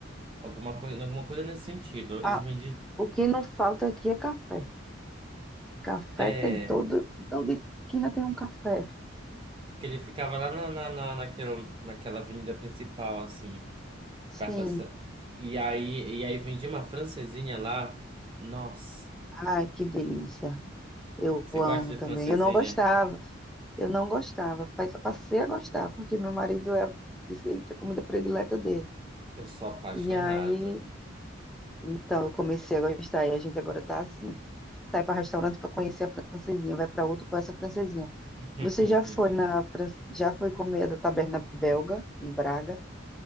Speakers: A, on the right; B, in the centre.
A: Alguma coisa, alguma coisa nesse sentido.
B: Ah,
A: Eles vendiam.
B: o que não falta aqui é café. Café
A: É.
B: tem todo, toda esquina tem um café.
A: Que ele ficava lá na, na, na, naquela, naquela avenida principal, assim,
B: Sim.
A: perto da. Sé- E aí, e aí vendia uma francesinha lá. Nossa,
B: Ai, que delícia. Eu
A: você
B: amo
A: gosta de
B: também.
A: francesinha?
B: Eu não gostava, eu não gostava. Pas- Passei a gostar, porque meu marido é, disse ele que é a comida predileta dele.
A: Eu sou apaixonado.
B: E aí, então, eu comecei a gostar. E a gente agora tá assim: sai para restaurante para conhecer a francesinha, vai para outro com essa francesinha.
A: <laughs>
B: Você já foi na França, já foi comer a da Taberna Belga, em Braga?